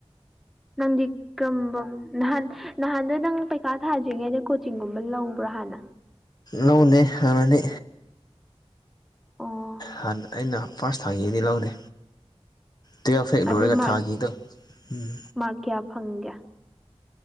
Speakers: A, in the centre; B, on the left.
A: ꯅꯪꯗꯤ ꯀꯔꯝꯕ ꯅꯍꯥꯟ ꯅꯍꯥꯟꯗꯣ ꯅꯪ ꯄꯩꯀꯥ ꯊꯥꯗ꯭ꯔꯤꯉꯩꯗ ꯀꯣꯆꯤꯡ ꯒꯨꯝꯕ ꯂꯧꯕ꯭ꯔꯥ ꯍꯥꯟꯅ
B: ꯂꯧꯗꯦ ꯍꯥꯟꯅꯗꯤ
A: ꯑꯣ
B: ꯍꯥꯟꯅ ꯑꯩꯅ ꯐꯥꯔꯁ ꯊꯥꯈꯤꯕꯗꯤ ꯂꯧꯗꯦ ꯇꯨꯋꯦꯞ ꯍꯦꯛ
A: ꯑꯗꯨ
B: ꯂꯣꯏꯔꯥꯒꯥ
A: ꯃꯥꯔꯛ
B: ꯊꯥꯈꯤꯗꯣ ꯎꯝ
A: ꯃꯥꯔꯛ ꯀꯌꯥ ꯐꯪꯒꯦ